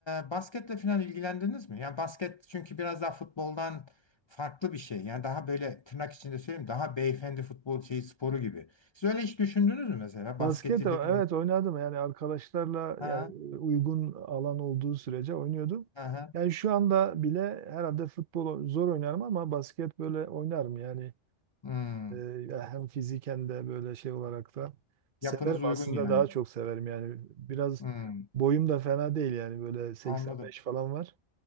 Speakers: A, on the left (about 45°); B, on the right (about 50°).
A: e, basketle falan ilgilendiniz mi? Yani basket çünkü biraz daha futboldan farklı bir şey. Yani daha böyle tırnak içinde söyleyeyim daha beyefendi futbol şeyi sporu gibi. Siz öyle hiç düşündünüz mü mesela
B: Basket
A: basketi
B: e, evet
A: bir
B: oynadım yani arkadaşlarla
A: ha
B: yani uygun alan olduğu sürece oynuyordum.
A: ha ha.
B: Yani şu anda bile herhalde futbol zor oynarım ama basket böyle oynarım yani.
A: Hmm.
B: Ee, ya hem fiziken de böyle şey olarak da severim
A: Yapınız uygun
B: aslında
A: yani.
B: daha çok severim yani biraz
A: Hmm.
B: boyum da fena değil yani böyle 85
A: Anladım.
B: falan var